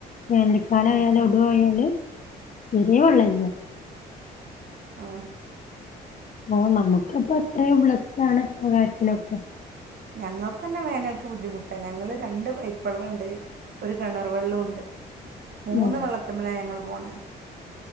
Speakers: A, on the left; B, on the right.
A: വേനൽക്കാലായാൽ
B: ഉം
A: ഒടുവായാല് തീരെ വെള്ളല്ല
B: ആ
A: ഓ നമുക്കിപ്പോ അത്രയും ബ്ലസ്സാണ് ആ കാര്യത്തിലൊക്കെ
B: ഞങ്ങൾക്കന്നെ വേനൽക്ക് ബുദ്ധിമുട്ടാ ഞങ്ങള് രണ്ട് പൈപ്പള്ളം ഉണ്ട് ഒരു കിണർ വെള്ളൂണ്ട് മൂന്ന്
A: ആഹ്
B: വെള്ളത്ത്മ്മല ഞങ്ങൾ പോണേ